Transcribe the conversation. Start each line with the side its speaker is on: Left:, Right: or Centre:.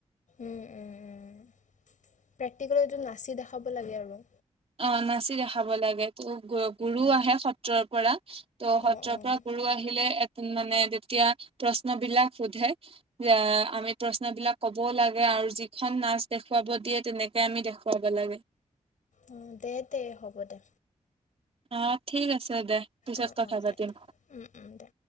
Left: উম উম উম প্ৰেক্টিকেল এইটো নাচি দেখাব লাগে আৰু
Right: অ নাচি দেখাব লাগে, ত গ গুৰুও
Left: উম
Right: আহে সত্ৰৰ পৰা। ত সত্ৰৰ
Left: অঁ অঁ
Right: পৰা গুৰু আহিলে মানে তেতিয়া প্ৰশ্ন বিলাক সোধে। যে আমি প্ৰশ্ন বিলাক কবও লাগে আৰু যিখন নাচ দেখুৱাব দিয়ে তেনেকে আমি দেখুৱাব লা গে।
Left: উম দে দে হ'ব দে।
Right: অ ঠিক আছে দে, পিছত
Left: অঁ
Right: কথা
Left: অঁ দে
Right: পাতিম।
Left: দে উম, উম, দে